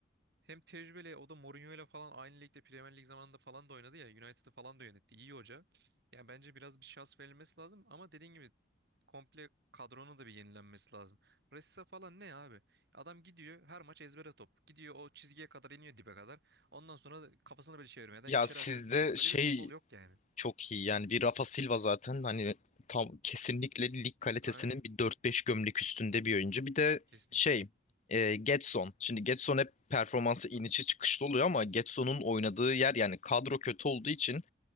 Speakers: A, on the right; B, on the left.
A: hem tecrübeli o da Mourinho'yla falan aynı ligde Premier Lig zamanında falan da oynadı ya. United'ı falan da yönetti. İyi hoca. Yani bence biraz bir şans verilmesi lazım ama dediğin gibi komple kadronun da bir yenilenmesi lazım. Ressa falan ne abi? Adam gidiyor her maç ezbere top. Gidiyor o çizgiye kadar iniyor dibe kadar. Ondan sonra da kafasını böyle çevirmeden
B: Ya
A: içeri
B: sizde
A: açıyor topu.
B: şey
A: Böyle bir futbol yok yani.
B: Çok iyi yani bir Rafa Silva zaten hani tam kesinlikle lig kalitesinin
A: Aynen.
B: bir dört beş gömlek üstünde bir oyuncu. Bir de
A: Kesinlikle.
B: şey e, Gedson. Şimdi Gedson hep performansı inişi çıkışlı oluyor ama Gedson'un oynadığı yer yani kadro kötü olduğu için